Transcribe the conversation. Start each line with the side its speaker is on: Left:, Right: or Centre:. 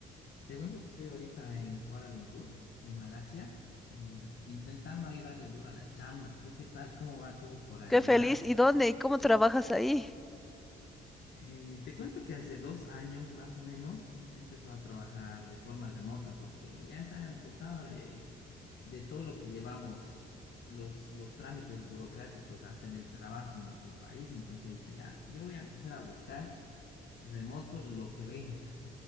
Left: te cuento que estoy ahorita en Kuala Lumpur, en Malasia, y intentando ahí darle duro a la chamba. ¿Tú qué tal? ¿Cómo va todo por allá?
Centre: Qué feliz. ¿Y dónde? ¿Y cómo trabajas ahí?
Left: Eh, te cuento que hace dos años más o menos empezó a trabajar de forma remota porque ya estaba emputada de todo lo que llevamos, los, los trámites burocráticos, hasta en el trabajo en nuestro país. Entonces he dicho, ya, yo voy a empezar a buscar remoto lo que venga.